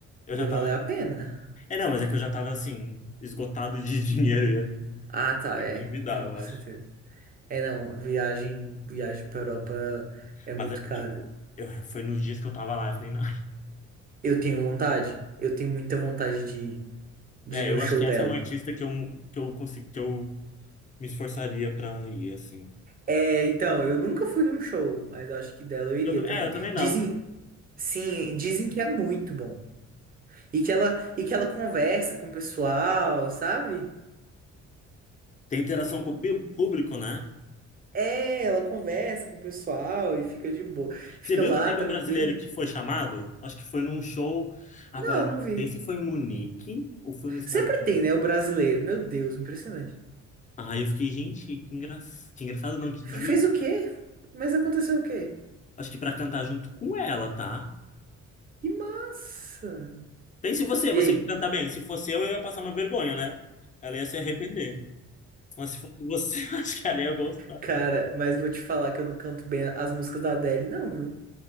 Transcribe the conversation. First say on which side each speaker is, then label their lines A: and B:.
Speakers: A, on the left; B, on the right.
A: Eu
B: Ia
A: já
B: valer
A: tava.
B: a
A: tipo,
B: pena.
A: É, não, mas é que eu já tava assim, esgotado de <laughs> dinheiro, ia me
B: Ah, tá. É.
A: endividar,
B: Não,
A: eu
B: com certeza.
A: acho.
B: É, não. Viagem. Viagem pra Europa é muito
A: Mas é,
B: cara.
A: tipo, eu, foi nos dias que eu tava lá, eu falei, "Ai".
B: Eu tenho vontade. Eu tenho muita vontade de, de
A: É,
B: ir num
A: eu
B: show
A: acho que
B: dela.
A: essa é uma artista que eu, que eu consegui, que eu me esforçaria pra ir, assim.
B: É, então, eu nunca fui num show, mas eu acho que dela eu iria
A: Eu também,
B: também.
A: é, eu também não.
B: Dizem, sim, dizem que é muito bom. E que ela, e que ela conversa com o pessoal, sabe?
A: Tem interação com o pi- público, né?
B: É, ela conversa com o pessoal e fica de boa.
A: Você
B: Fica
A: viu
B: lá,
A: que teve
B: tranquila.
A: um brasileiro que foi chamado? Acho que foi num show. Agora,
B: Não,
A: eu
B: não
A: não
B: vi.
A: sei se foi em Munique ou foi no estado.
B: Sempre tem, né, o brasileiro. Meu Deus, impressionante.
A: Ah, eu fiquei, gente, que engraçado. Que engraçado, não, que
B: Fe-
A: divertido.
B: fez o quê? Mas aconteceu o quê?
A: Acho que pra cantar junto com ela, tá?
B: Que massa!
A: Pense você,
B: E
A: você
B: aí?
A: que canta bem. Se fosse eu, eu ia passar uma vergonha, né? Ela ia se arrepender. Mas se fosse você, <laughs> eu acho que ela ia gostar.
B: Cara, mas vou te falar que eu não canto bem as músicas da Adele, não, viu?